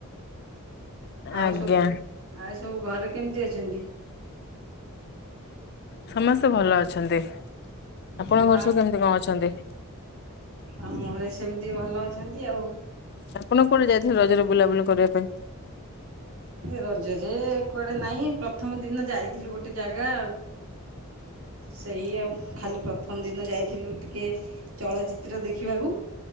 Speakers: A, on the right; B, on the left.
A: ଆଉ
B: ଆଜ୍ଞା।
A: ସବୁ ଆଉ ସବୁ ଘରେ କେମିତି ଅଛନ୍ତି?
B: ସମସ୍ତେ ଭଲ ଅଛନ୍ତି ଆପଣଙ୍କ
A: ଆଉ ମା
B: ଘର ସବୁ କେମିତି କଣ୍ ଅଛନ୍ତି?
A: ଆମ ଘରେ ସେମତି ଭଲ ଅଛନ୍ତି ଆଉ।
B: ଆପଣ କୋଉଠି ଯାଇଥିଲେ ରଜରେ ବୁଲାବୁଲି କରିବା ପାଇଁ?
A: ରଜରେ କୁଆଡେ ନାଇଁ ପ୍ରଥମ ଦିନ ଯାଇଥିଲୁ ଗୋଟେ ଜାଗା ଆଉ। ସେଇ ଆଉ। ଖାଲି ପ୍ରଥମ ଦିନ ଯାଇଥିଲୁ ଟିକିଏଚଳଚିତ୍ର ଦେଖିବାକୁ।